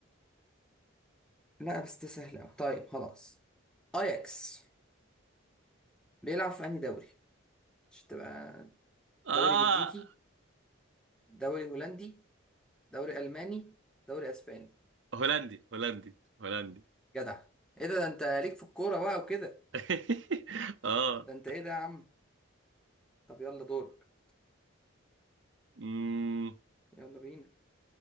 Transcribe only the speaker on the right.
اه
هولندي هولندي هولندي
<laughs> اه
امم